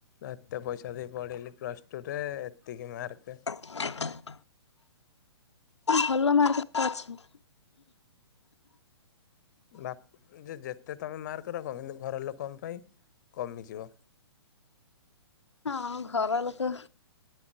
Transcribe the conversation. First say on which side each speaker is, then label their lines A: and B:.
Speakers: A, on the left (about 40°); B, on the left (about 85°).
A: ଏତେ ପଇସା ଦେଇ ପଢେଇଲି ପ୍ଲସ ଟୁ ରେ ଏତିକି ମାର୍କ
B: <inaudible> ଭଲ ମାର୍କେ ତ ଅଛି।
A: ବାପ ଯେ ଯେତେ ତମେ ମାର୍କ ରଖ କିନ୍ତୁ ଘର ଲୋକଙ୍କ ପାଇଁ କମିଯିବ।
B: ହଁ ଘରଲୋକ